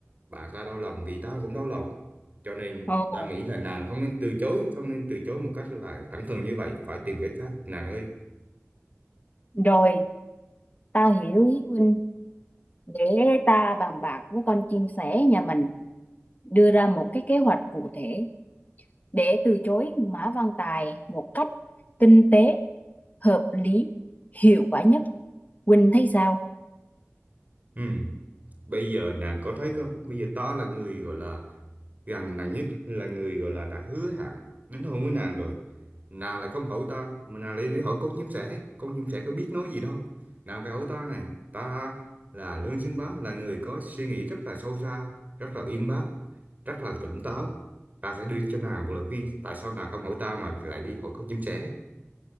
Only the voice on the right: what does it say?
bạn ta đau lòng thì ta cũng đau lòng cho nên
ta nghĩ là nàng không nên từ chối không nên từ chối một cách là thẳng thừng như vậy phải tìm cách khác nàng ơi
Ừ. Bây giờ nàng có thấy không? Bây giờ ta là người gọi là gần nàng nhất là người gọi là đã hứa hẹn đính hôn với nàng rồi. Nàng lại không hỏi ta mà nàng lại đi hỏi con chim sẻ. Con chim sẻ có biết nói gì đâu. Nàng phải hỏi ta này. Ta là Lương Xứng Bá là người có suy nghĩ rất là sâu xa, rất là uyên bác, rất là tỉnh táo. Ta sẽ đưa cho nàng một lời khuyên. Tại sao nàng không hỏi ta mà lại đi hỏi con chim sẻ?